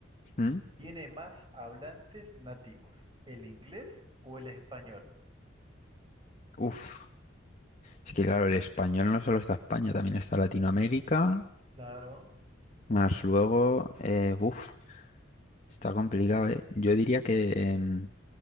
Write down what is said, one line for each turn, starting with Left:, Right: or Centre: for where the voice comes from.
Left: ¿Mm?
Right: tiene más hablantes nativos? ¿El inglés o el español?
Left: Uf, es que claro, el español no solo está España, también está Latinoamérica,
Right: Claro.
Left: más luego, eh, uf, está complicado, ¿eh? Yo diría que, em,